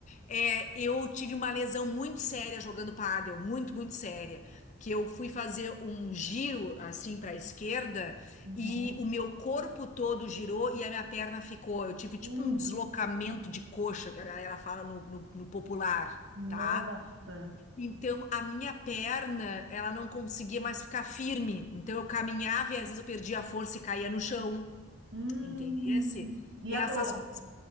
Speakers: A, on the left (about 35°); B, on the right (about 65°).
A: é, eu tive uma lesão muito séria jogando pádel, muito, muito séria. que eu fui fazer um giro assim para a esquerda
B: Uhum.
A: e o meu corpo todo girou e a minha perna ficou. Eu tive tipo
B: Hum,
A: um deslocamento de coxa, que a galera fala no, no, no popular,
B: nossa.
A: tá? Então a minha perna, ela não conseguia mais ficar firme. Então eu caminhava e às vezes eu perdia a força e caía no chão,
B: Hum.
A: entendesse?
B: E
A: E
B: a
A: essas
B: dor?
A: coisas.